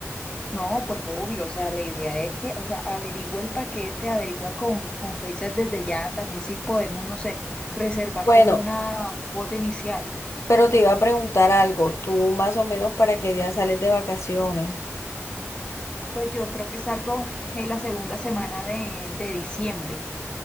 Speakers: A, on the left; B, on the left.
A: No, pues obvio, o sea, la idea es que, o sea, averigua el paquete, averigua con, con fechas desde ya, también si podemos, no sé, reservar
B: Bueno,
A: con una cuota inicial.
B: pero te iba a preguntar algo, ¿tú más o menos para qué día sales de vacaciones?
A: Pues yo creo que salgo en la segunda semana de, de diciembre.